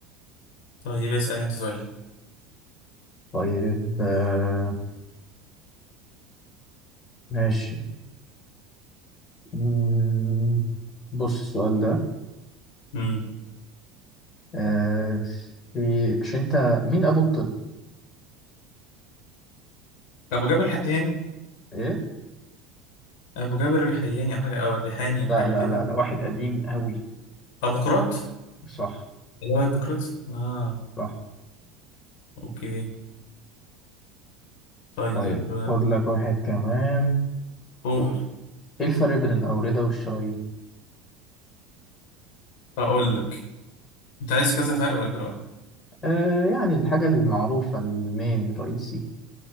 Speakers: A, on the left; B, on the left.
A: طيب اسأل أنت سؤال
B: طيب آه ماشي مم، بص السؤال ده
A: مم.
B: آه في مش انت مين ابو الطب
A: أبو جابر الحياني
B: ايه
A: أبو جابر الحياني أو حاجة أو الريحاني أو
B: لا
A: حاجة
B: لا
A: كده
B: لا لا واحد قديم قوي
A: أبو قراط
B: صح
A: اللي هو هيبوقراtes آه
B: صح
A: أوكي طيب
B: طيب
A: آه،
B: خد لك واحد كمان
A: قول
B: ايه الفرق بين الاوردة والشرايين
A: أقول لك أنت عايز كذا فرق ولا فرق واحد؟
B: آه يعني الحاجة المعروفة المين الرئيسي